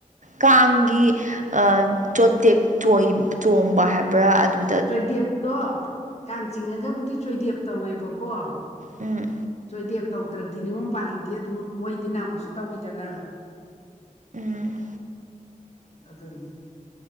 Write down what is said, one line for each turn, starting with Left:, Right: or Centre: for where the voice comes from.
Right: ꯀꯥꯡꯒꯤ ꯑꯥ ꯆꯣꯇꯦꯛ ꯆꯣꯏ ꯆꯣꯡꯕ ꯍꯥꯏꯕ꯭ꯔꯥ ꯑꯗꯨ
Left: ꯆꯣꯏꯗꯦꯞꯇꯣ ꯀꯥꯡ ꯆꯤꯡꯉꯒꯕꯨꯗꯤ ꯆꯣꯏꯗꯦꯞ ꯇꯧꯋꯦꯕꯀꯣ
Right: ꯎꯨꯝ
Left: ꯆꯣꯏꯗꯦꯞ ꯇꯧꯗ꯭ꯔꯗꯤ ꯅꯤꯉꯣꯝ ꯄꯥꯜꯂꯤꯗꯤ ꯑꯗꯨꯝ ꯃꯣꯏꯗꯤ ꯅꯃꯨꯛꯁꯨ ꯇꯧꯋꯤꯗꯅ
Right: ꯎꯝ
Left: ꯑꯗꯨꯅꯤ